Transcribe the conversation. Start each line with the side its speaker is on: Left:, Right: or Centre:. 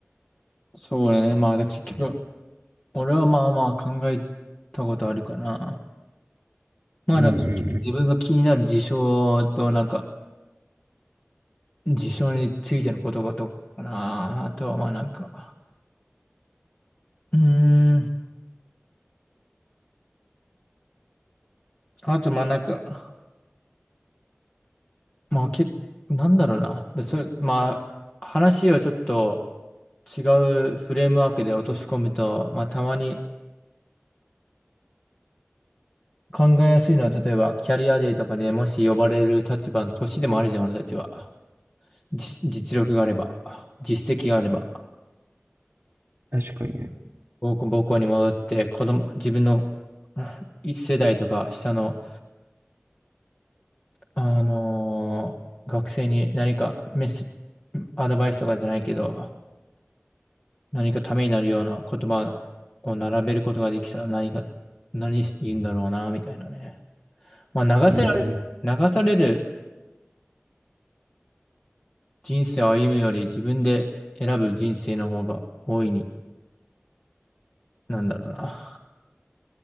Left: そうだね。まあ、だ結局、俺はまあまあ考えたことあるかな。まあ、
Right: うんうん
Left: だか結局自分が気になる事象と、なんか、事象についてのことがとかかな。あとはまあなんか、うーん。あと、まあなんか、まあけ、なんだろうな。で、それ、まあ、話をちょっと違うフレームワークで落とし込むと、まあたまに考えやすいのは、例えばキャリアデーとかでもし呼ばれる立場の年でもあるじゃん、俺たちは。じ実力があれば、実績があれば、
Right: うん。確かにね。
Left: 母校母校に戻って、子供、自分の一世代とか下の、あのー学生に何かメッセ、アドバイスとかじゃないけど、何かためになるような言葉を並べることができたら何か、何言うんだろうな、みたいなね。まあ、
Right: うんうん
Left: 流せられ、流される人生を歩むより自分で選ぶ人生の方が大いに、なんだろうな、